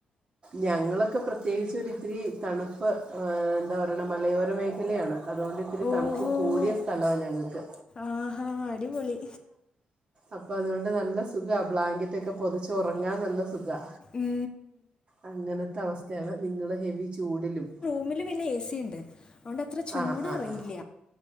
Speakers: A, on the right; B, on the left.
A: ഞങ്ങളൊക്കെ പ്രത്യേകിച്ച് ഒര് ഇത്തിരി തണുപ്പ് എന്താ പറയ്ണ് മലയോര മേഖലയാണ്. അത് കൊണ്ട് ഇത്തിരി
B: ഓ
A: തണുപ്പ്
B: ഓ
A: കൂടിയ സ്ഥലാ ഞങ്ങക്ക്
B: ആഹാ അടിപൊളി
A: അപ്പൊ അതുകൊണ്ട് ന്നല്ലെ സുഖാ ബ്ലാങ്കെറ്റ് ഒക്കെ പൊതച്ച് ഒറങ്ങാൻ ന്നല്ലെ സുഖാ.
B: ഉം
A: അങ്ങൻത്തെ അവസതെയാണ് നിങ്ങള് ഹെവി ചൂടിലും.
B: റൂമില് പിന്നെ എ സിണ്ട്. അതോണ്ട്അത്ര ചൂടറിയില്ല
A: ആ ആ ആ